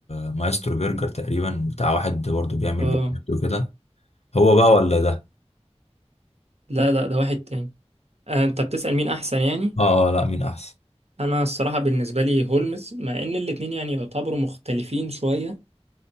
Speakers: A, on the left; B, on the right.
A: مايسترو برجر تقريبا بتاع واحد برضه بيعمل
B: اه
A: فيديوهات وكده هو بقى ولا ده؟
B: لا لا ده واحد تاني آه، انت بتسأل مين احسن يعني
A: آه آه لا مين أحسن
B: انا الصراحة بالنسبة لي هولمز مع ان الاتنين يعني يعتبروا مختلفين شوية